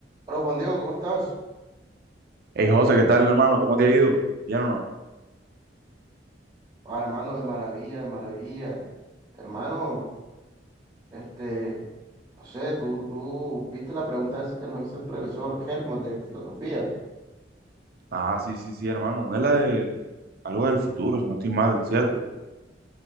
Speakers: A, on the right (about 25°); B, on the right (about 55°).
A: Hola Juan Diego, ¿cómo estás?
B: Hey José, ¿qué tal, hermano? ¿Cómo te ha ido? ¿Bien o no?
A: Ah, hermano, de maravilla, de maravilla. Hermano, este, no sé, tú, tú viste la pregunta esa que nos hizo el profesor Helmut de filosofía.
B: Ah, sí, sí, sí, hermano. No es la de algo del futuro, si no estoy mal, ¿cierto?